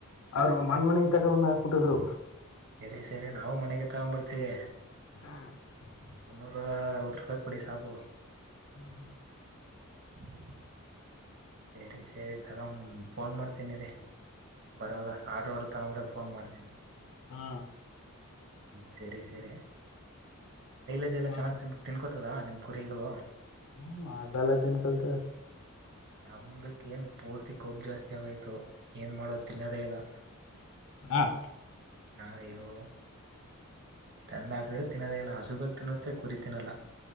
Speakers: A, on the left; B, on the right.
A: ಅವರು ಮನ್ ಮನೆ. ತಗೊಂಡ್ ಬಂದ್ ಹಾಕಿಟ್ಟಿದ್ರು
B: ಸರಿ ಸರಿ ನಾವು ಮನೆಗೆ ತಗೊಂಡ್ ಬರ್ತೀವಿ
A: <unintelligible>
B: ಮುನ್ನೂರ ಅರವತ್ತು ರೂಪಾಯಿ ಕೊಡಿ ಸಾಕು
A: <unintelligible>
B: <unintelligible> ಸರಿ ಸರಿ ತಗೊ ಫೋನ್ ಮಾಡ್ತೇನಿರಿ ಬರುವವಾಗ ಆಟೋ ಎಳತಗೊ ಫೋನ್ ಮಾಡ <unintelligible>
A: ಹಾ
B: ಸರಿ ಸರಿ ಶೈಲಜ್ ಎಲ್ಲ
A: ಮಾಡಿ
B: ಚೆನ್ನಾಗಿ ತಿನ್ಕೋತದ ನಿಮ ಕುರಿಗಳೋ
A: ಹ್ಮ ಅದ ಎಲ್ಲಾ ತಿನ್ಕೋಟವೇ
B: ನಮ್ದಕ್ ಏನ್ ಪೂರ್ತಿ ಕೊಬ್ಬು ಜಾಸ್ತಿ ಆಗೋಯ್ತು ಏನ್ ಮಾಡೋ ತಿನ್ನೋದೇ ಇಲ್ಲ
A: ಹಾಂ
B: ಆಯ್ಯೋ ತಂದ ಹಾಕಿದ್ರೆ ತಿನ್ನದೇಲ್ಲ ಹಸುಗಳು ತಿನ್ನುತ್ತೆ ಕುರಿ ತಿನ್ನಲ್ಲ